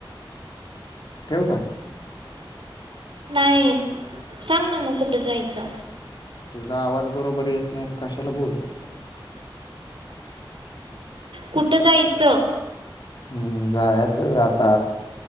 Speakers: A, on the left; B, on the right.
A: ठेव का
B: नाही सांग ना मग कुठं जायचं
A: तुझा आवाज बरोबर येत नाही आणि कशाला बोलू तुझ्यावर
B: कुठं जायचं
A: हम्म जायच आता